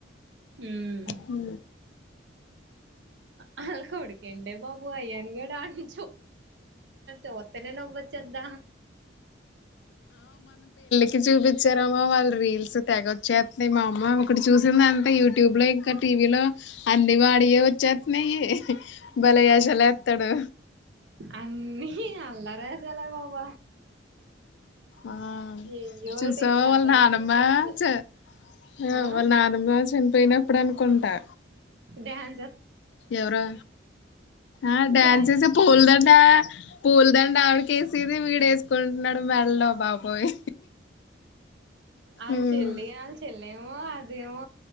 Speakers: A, on the right; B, on the left.
A: ఉమ్
B: హు
A: ఆలా కొడుకు ఎంటే బాబు అయ్యానుగాడు ఆడిని చూత్తేనే నవ్వు వచ్చేద్దా
B: కి చూపించారమ్మా వాళ్ళు రీల్స్ తెగ వచ్చేస్తున్నాయి. మా అమ్మ ఒకటి చూసింది అంతా యూట్యూబ్ లో, ఇంకా టీవీలో, అన్ని వాడియే వచ్చేస్తున్నాయి. భలే ఎసలేత్తాడు
A: అన్నీ అల్లార సలే వాబ
B: ఆ
A: ఏయ్యోటి
B: చూసావా
A: లేకపోతే
B: వాళ్ళ నానమ్మ
A: నేమో పిచ్చి
B: చ హు
A: ఆ
B: వాళ్ళ నానమ్మ చన్ పోయినప్పుడు అనుకుంటా
A: డ్యాన్
B: ఎవరో ఆ డాన్సస్
A: డ్యాన్స్
B: పోల్ందంట పూలదండ ఆవిడిక వేసిది వీడ వేసుకుంటున్నాడు మెల్లో బాబోయి
A: అళ
B: ఉమ్
A: చెల్లి ఆలు చెల్లి ఏమో అదేమో